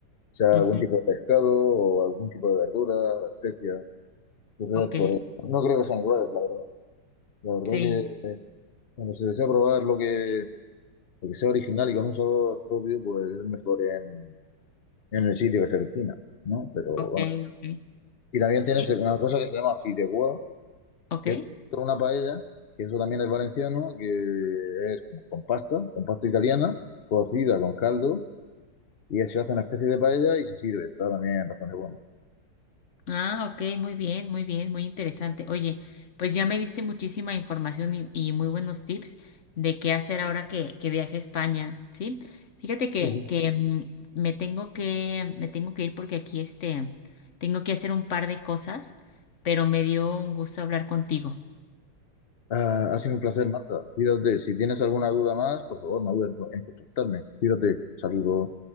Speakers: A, on the left; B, on the left.
A: sea,
B: Ujú.
A: algún tipo de pescado o algún tipo de verdura o especias. Entonces,
B: Ok,
A: pues no creo que sean iguales, la verdad. La verdad
B: sí,
A: que... eh, Cuando se desea probar lo que El que sea original y con un sabor propio, pues es mejor en, en el sitio que se origina, ¿no? Pero
B: ok,
A: bueno.
B: ok.
A: Y también
B: Sí,
A: tienes una cosa que se llama fideuá,
B: ok.
A: que es toda una paella, que eso también es valenciano, que es como con pasta, con pasta italiana, cocida con caldo, y se hace una especie de paella y se sirve. Está también bastante bueno.
B: Ah, ok, muy bien, muy bien, muy interesante. Oye, pues ya me diste muchísima información y, y muy buenos tips de qué hacer ahora que, que viaje a España, ¿sí? Fíjate que,
A: Sí, sí.
B: que mm, me tengo que, me tengo que ir porque aquí este, tengo que hacer un par de cosas, pero me dio un gusto hablar contigo.
A: Ah, ha sido un placer, Marta. Cuídate. Si tienes alguna duda más, por favor, no dudes en contactarme. Cuídate. Saludos.